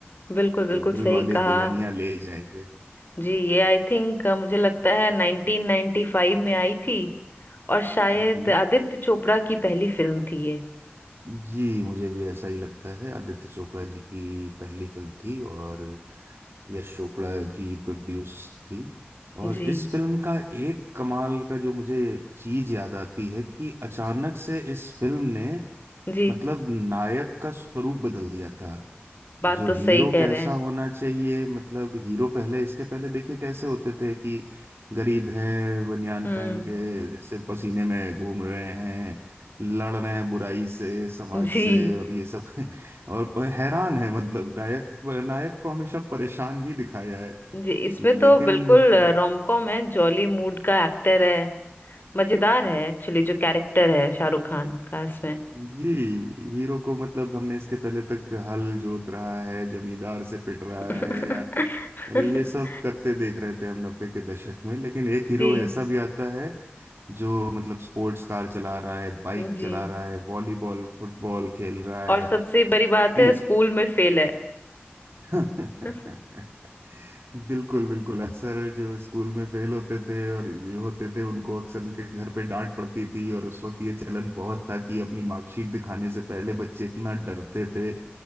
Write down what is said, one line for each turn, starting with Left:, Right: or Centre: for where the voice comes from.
Left: बिल्कुल बिल्कुल
Right: तो दिल
Left: सही
Right: वाले
Left: कहा
Right: दुल्हनिया ले जाएंगे
Left: जी ये आई थिंक मुझे लगता है 1995 में आई थी और शायद
Right: जी
Left: आदित्य चोपड़ा की पहली फिल्म थी ये
Right: जी मुझे भी ऐसा ही लगता है आदित्य चोपड़ा जी की पहली फिल्म थी और यश चोपड़ा की प्रोड्यूस थी और
Left: जी
Right: इस फिल्म का एक कमाल का जो मुझे चीज याद आती है कि अचानक से इस फिल्म ने
Left: जी
Right: मतलब नायक का स्वरूप बदल दिया था
Left: बात
Right: जो
Left: तो
Right: हीरो
Left: सही कह
Right: कैसा
Left: रहे
Right: होना चाहिए मतलब हीरो पहले इसके पहले देखिए कैसे होते थे कि गरीब हैं बनियान
Left: हम्म
Right: पहन के जैसे पसीने में घूम रहे हैं लड़ रहे हैं बुराई से समाज
Left: जी
Right: से और ये सब <laughs> और प- हैरान है मतलब नायक नायक को हमेशा परेशान ही दिखाया है
Left: जी इसमें
Right: लेकिन
Left: तो बिल्कुल रोम कॉम है जॉली मूड का एक्टर है मजेदार है एक्चुअली जो कैरेक्टर है शाहरुख खान का इसमें
Right: जी हीरो को मतलब हमने इसके पहले तक हल जोत रहा है जमींदार से पिट रहा
Left: <laughs>
Right: है या ये सब करते देख रहे थे हम नब्बे के दशक में लेकिन एक हीरो
Left: जी
Right: ऐसा भी आता है जो मतलब स्पोर्ट्स कार चला रहा है बाइक
Left: जी
Right: चला रहा है वॉलीबॉल फुटबॉल खेल रहा
Left: और सबसे बड़ी बात है
Right: है
Left: स्कूल में फेल है
Right: <laughs>
Left: <laughs>
Right: बिल्कुल बिल्कुल अक्सर जो स्कूल में फेल होते थे और जो होते थे उनको अक्सर उनके घर पे डांट पड़ती थी और उस वक्त ये चलन बहुत था कि अपनी मार्कशीट दिखाने से पहले बच्चे इतना डरते थे